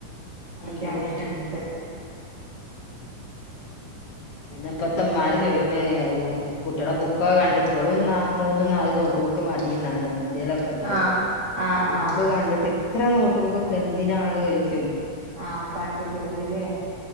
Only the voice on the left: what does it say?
ഉം
എന്നപ്പത്തിന്മാര് ചോദിക്ക കുട്ടിയുടെ ബുക്കൊക്കെ കണ്ടിട്ട്, ഇപ്പോളും മൂന്നും നാലുംനോട്ട് ബുക്ക്മതിയെന്നാണ് ഉമ്മന്റെ എന്തേലൊക്കെ ഉള്ളേ
ബുക്ക്കണ്ടിട്ടിപ്പം
ഇത്ര നോട്ട്ബുക്കൊക്കെ എന്തിനാണ്ചോദിച്ചു